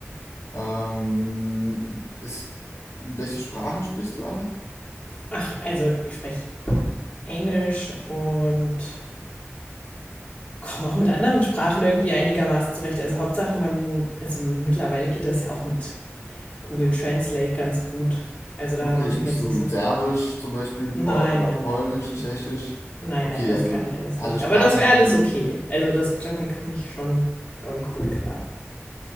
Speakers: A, on the left; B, on the left.
A: Ähm, ist, welche Sprachen sprichst du alle?
B: Ach, also ich spreche Englisch und komme auch mit anderen Sprachen irgendwie einigermaßen zurecht. Also Hauptsache man, also mittlerweile geht das ja auch mit Google Translate ganz gut. Also da
A: Okay,
B: mache
A: sprichst
B: ich mir jetzt
A: du
B: nicht so,
A: Serbisch zum Beispiel,
B: nein,
A: Pol oder
B: nein,
A: Polnisch,
B: nein,
A: Tschechisch?
B: nein,
A: Okay,
B: nein, das
A: also
B: kann ich alles
A: alle
B: nicht.
A: Sprachen,
B: Aber das wäre
A: die...
B: alles okay. Also das, damit komme ich schon, glaube ich, gut klar.